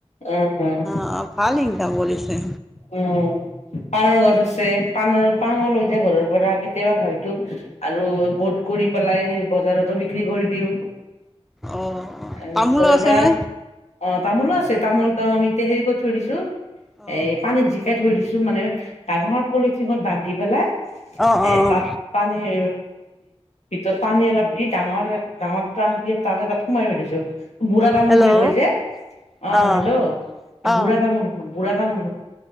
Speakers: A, on the left; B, in the centre.
A: উম, উম।
B: অঁ ভাল ইনকাম কৰিছে।
A: উম। পাণৰ গছ আছে পাণৰ পাণো লৈ যায় ঘৰৰ পৰা কেতিয়াবা হয়তো আৰু গোট কৰি পেলাই বজাৰতো বিক্ৰী কৰি দিওঁ।
B: অঁ
A: আৰু
B: তামোলো
A: ঘৰ
B: আছেনে
A: পৰা অ', তামোলো আছে তামোল ত আমি হেৰি কৈ থৈ দিছো।
B: অঁ
A: এ পানীত জিকাই থৈ দিছো মানে ডাঙৰৰ পলিথিনত বান্ধি পেলাই।
B: অঁ
A: এ
B: অঁ
A: তাত পানীৰ ভিতৰত পানী অলপ দি ডাঙৰ ডাঙৰ টংকি এটা আছে তাত সোমাই থৈ দিছো। বুঢ়া তামোল
B: হেল্ল'
A: বুলি কয় যে
B: অঁ
A: অ', হেল্ল' এই বুঢ়া
B: অঁ
A: তামোল বুঢ়া <unintelligible> বুঢ়া তামোল